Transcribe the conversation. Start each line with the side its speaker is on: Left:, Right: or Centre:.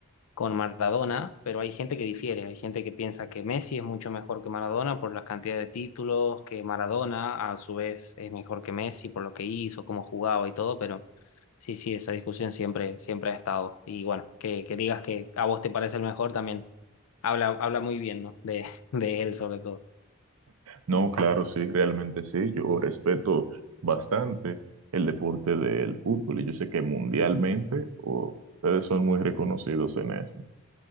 Left: con Maradona, pero hay gente que difiere. Hay gente que piensa que Messi es mucho mejor que Maradona por la cantidad de títulos, que Maradona a su vez es mejor que Messi por lo que hizo, cómo jugaba y todo, pero sí, sí, esa discusión siempre, siempre ha estado. Y bueno, que, que digas que a vos te parece el mejor también habla, habla muy bien, ¿no? De, <laughs> de él sobre todo.
Right: No, claro, sí, realmente sí, yo respeto bastante el deporte del fútbol y yo sé que mundialmente o, ustedes son muy reconocidos en eso